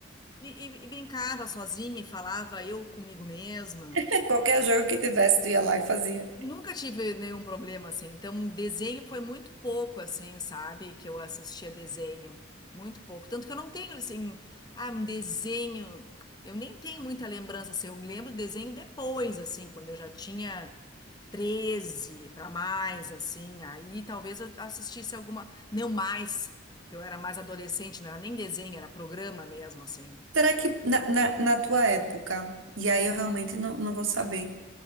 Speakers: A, on the left; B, on the right.
A: E, e- e brincava sozinha e falava eu comigo mesma.
B: É, Qualquer jogo que tivesse, tu ia lá e fazia.
A: Nunca tive nenhum problema assim. Então, desenho foi muito pouco assim, sabe? Que eu assistia desenho. Muito pouco. Tanto que eu não tenho assim, ah, um desenho. Eu nem tenho muita lembrança assim. Eu me lembro do desenho depois, assim, quando eu já tinha 13 para mais, assim. Aí talvez eu assistisse alguma. Não mais, que eu era mais adolescente, não era nem desenho, era programa mesmo, assim.
B: Será que na, na, na tua época, e aí eu realmente não, não vou saber,